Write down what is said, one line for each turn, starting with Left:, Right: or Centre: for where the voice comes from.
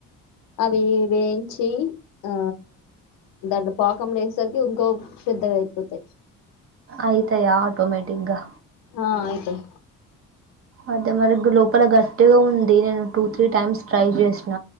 Left: అవి వేయించి ఆ దానిలో పాకం వేసేసరికి ఇంకో పెద్దగా అయిపోతాయి.
Right: అయితయ ఆటోమెటిగ్గా
Left: ఆ అయితాయి.
Right: అదే మరి గ్ లోపల గట్టిగా ఉంది. నేను టూ త్రీ టైమ్స్ ట్రై చేసిన